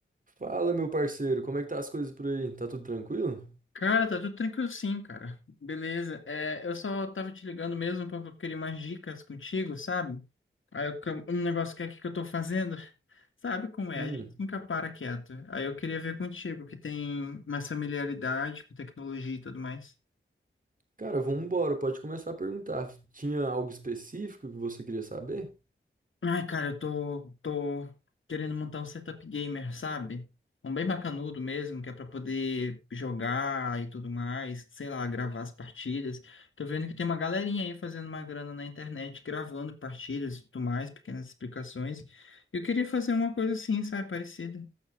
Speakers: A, on the right; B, on the left.
A: Fala, meu parceiro, como é que tá as coisas por aí? Tá tudo tranquilo?
B: Cara, tá tudo tranquilo sim, cara. Beleza. É, eu só tava te ligando mesmo porque eu queria umas dicas contigo, sabe? Aí eu, cam- um negócio que é aqui que eu tô fazendo, <laughs> sabe como é?
A: Hum,
B: A gente nunca para quieto. Aí eu queria ver contigo, que tem mais familiaridade com tecnologia e tudo mais.
A: cara, vamos embora, pode começar a perguntar. Tinha algo específico que você queria saber?
B: Ai, cara, eu tô, tô querendo montar um setup gamer, sabe? Um bem bacanudo mesmo, que é pra poder jogar e tudo mais, sei lá, gravar as partidas. Tô vendo que tem uma galerinha aí fazendo uma grana na internet, gravando partidas e tudo mais, pequenas explicações. Eu queria fazer uma coisa assim, sabe, parecida.